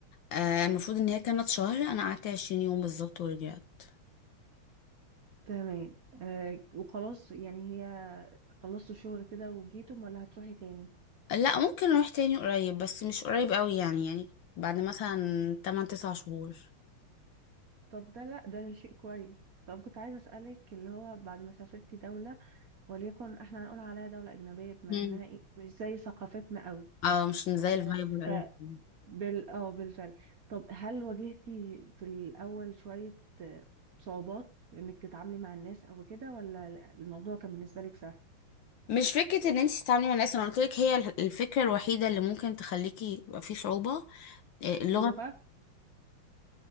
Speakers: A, on the left (about 70°); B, on the right (about 55°).
A: آه المفروض ان هي كانت شهر انا قعدت 20 يوم بالظبط ورجعت
B: تمام آه وخلاص يعني هي خلصتوا شغل كده وجيتم ولا هتروحي تاني
A: لا ممكن اروح تاني قريب بس مش قريب قوي يعني يعني بعد مثلا 8 9 شهور
B: طب ده لا ده شيء كويس طب كنت عايزة أسألك اللي هو بعد ما سافرتي دولة وليكن احنا هنقول عليها دولة أجنبية بما
A: مم.
B: إنها إيه مش زي ثقافتنا قوي
A: اه مش زي
B: آه،
A: الفايب ولا
B: ف
A: اي حاجه
B: بال اه بالفعل طب هل واجهتي في الأول شوية آه، صعوبات إنك تتعاملي مع الناس أو كده ولا لا- الموضوع كان بالنسبة لك سهل؟
A: مش فكرة ان انت تتعاملي مع الناس انا قلت لك هي الفكرة الوحيدة اللي ممكن تخليكي يبقى في صعوبة إيه، اللغة
B: اللغة؟